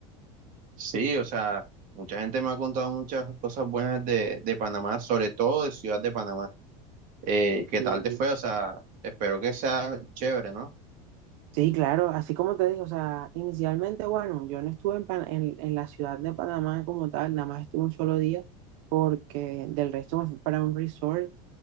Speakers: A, on the right; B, on the right.
A: Sí, o sea, mucha gente me ha contado muchas cosas buenas de, de Panamá, sobre todo de Ciudad de Panamá. Eh, ¿qué
B: sí
A: tal te fue? O sea, espero que sea chévere, ¿no?
B: Sí, claro, así como te digo, o sea, inicialmente, bueno, yo no estuve en, Pan- en, en la ciudad de Panamá como tal, nada más estuve un solo día, porque del resto me fui para un resort